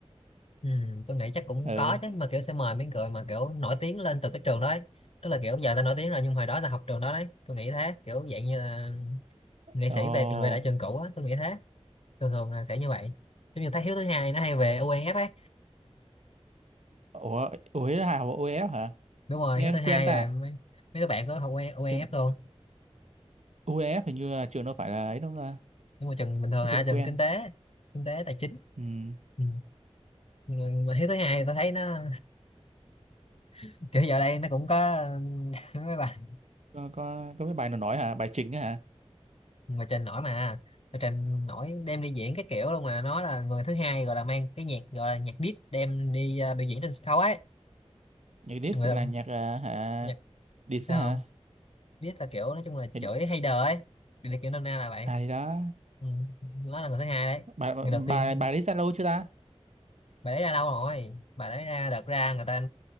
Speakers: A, on the left (about 60°); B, on the right (about 80°).
A: ừ, tôi nghĩ chắc cũng
B: Ừ.
A: có chứ mà kiểu sẽ mời mấy người mà kiểu nổi tiếng lên từ cái trường đó ấy. tức là kiểu giờ ta nổi tiếng rồi nhưng hồi đó ta học trường đó đấy tôi nghĩ thế kiểu dạng như là nghệ
B: Ồ.
A: sĩ về về lại trường cũ á tôi nghĩ thế thường thường là sẽ như vậy giống như thấy Hiếu thứ hai nó hay về OEF ấy
B: Ủa, Ủa là hả? UEF hả?
A: đúng rồi
B: Nghe
A: Hiếu thứ hai
B: quen ta.
A: là
B: à?
A: mấy, mấy đứa bạn có học OEF
B: Trường
A: luôn
B: UEF hình như là trường đâu phải là ấy đâu ta.
A: nhưng mà trường bình thường
B: Tôi
A: hả
B: quen
A: trường
B: quen.
A: kinh tế kinh tế tài chính
B: Ừ.
A: ừ. mà mà Hiếu thứ hai tôi thấy nó <laughs> kiểu giờ đây nó cũng có <laughs> mấy bài
B: Có có có cái bài nào nói hả? Bài chính á hả?
A: mà trình nổi mà mà trình nổi đem đi diễn cái kiểu luôn mà nó là người thứ hai gọi là mang cái nhạc gọi là nhạc diss đem đi à, biểu diễn trên sân khấu ấy
B: Nhạc diss
A: người
B: là
A: đồng-
B: nhạc à, hả?
A: nhạc
B: Dis
A: sao
B: á hả?
A: Riết là kiểu nói chung là
B: Thì-
A: chửi hay đờ ấy Điều này kiểu nôm na là vậy
B: À thì đó,
A: ừ. Nó là người thứ hai đấy
B: bà
A: Người
B: bà
A: đầu tiên
B: bà Dis Zalo chưa ta?
A: bà đấy ra lâu rồi Bà đấy ra đợt ra người ta